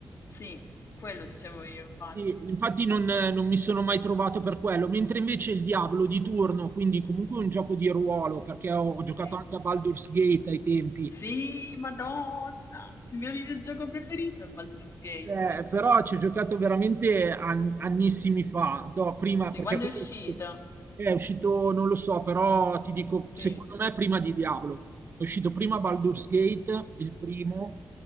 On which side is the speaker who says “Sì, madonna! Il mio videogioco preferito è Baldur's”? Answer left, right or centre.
Left